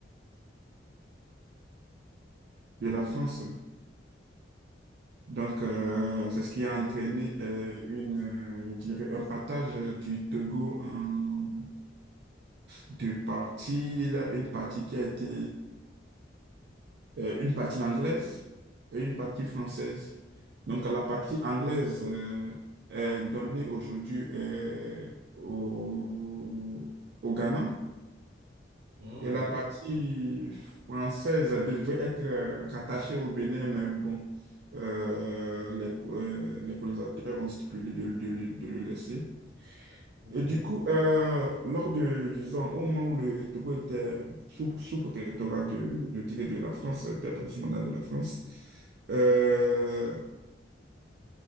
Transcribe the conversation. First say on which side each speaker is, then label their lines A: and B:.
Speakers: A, on the right (about 55°); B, on the right (about 80°).
A: de la France. Donc, euh, c'est ce qui a entraîné euh, une, euh, je dirais, un partage du Togo en deux parties. Il y a une partie qui a été, euh, une partie anglaise et une partie française. Donc, la partie anglaise euh, est donnée aujourd'hui euh, au, au Ghana
B: Mhm,
A: Et la
B: d'accord.
A: partie française devait être euh, rattachée au Bénin, mais bon, euh, les, co- euh, les colonisateurs ont stipulé de, de le de le laisser.
B: Mhm.
A: Et du coup, euh, lors de, disons, au moment où le Togo était sous, sous protectorat de, je dirais, de la France, était par sous mandat de la France, euh,